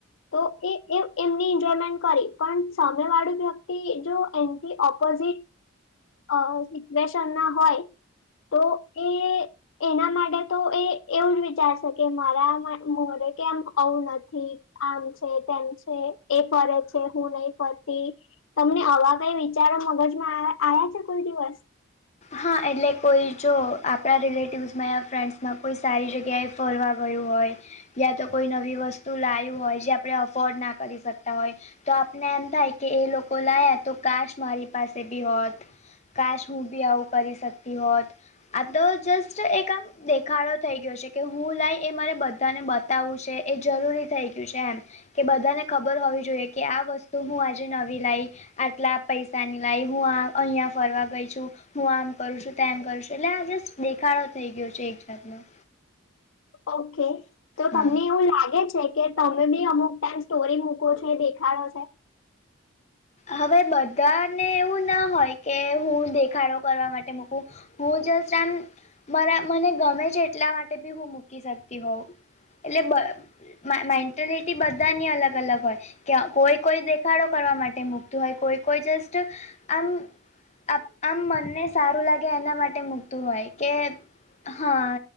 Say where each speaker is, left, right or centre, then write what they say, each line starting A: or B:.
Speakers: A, on the left; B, on the left.
A: તો એ એમની એન્જોયમેન્ટ કરી પણ સામેવાળુ વ્યક્તિ જો એનથી ઓપ ઓપોઝિટ. અ સીટવ્યસન ના હોય તો એ એના માટે તો એ એવું જ વિચારશે કે મારા મોડે કે આમ આવું નથી. આમ છે તેમ છે એ ફરે છે હું નહી ફરતી. તમને આવા કઈ વિચારો મગજમાં આયા આયા છે કોઈ દિવસ.
B: હા એટલે કોઈ જો આપણા રિલેટિવસમાં ફ્રેન્ડ્સમાં કોઈ સારી જગ્યાએ ફરવા ગયું હોય. યા તો કોઈ નવી વસ્તુ લાયુ હોય જે આપણે અફોર્ડ ના કરી શકતા હોય. તો આપને એમ થાય કે એ લોકો લાયા તો કાશ મારી પાસે બી હોત. કાશ હું બી આવું કરી શકતી હોત આ તો જસ્ટ એક આમ દેખાડો થઈ ગયો છે કે હું લાઈ એ મારે બધાને બતાવવું છે એ જરૂરી થઈ ગયું છે એમ. કે બધાને ખબર હોવી જોઈએ કે આ વસ્તુ હું આજે નવી લાઈ. આટલા પૈસાની લાઈ હું આ અહિયાં ફરવા ગઈ છું. હું આમ કરું છું તેમ કરું છું એટલે આ જસ્ટ દેખાડો થઈ ગયો છે એક જાતનો.
A: ઓકે તો તમને
B: હા
A: એવું લાગે છે કે તમે બી અમુક ટાઈમ સ્ટોરી મૂકો છો દેખાડો છે.
B: હવે બધાને એવું ના હોય કે હું દેખાડો કરવા માટે મૂકું. હું જસ્ટ આમ મારા મને ગમે છે એટલા માટે બી હું મૂકી શકતી હોઉં. એટલે બ મેન્ટેલિટી બધાની અલગ-અલગ હોય કે કોઈ કોઈ દેખાડો કરવા માટે તે મુકતું હોય કોઈ-કોઈ જસ્ટ આમ આમ આમ મનને સારું લાગે એના માટે મૂકતું હોય કે હા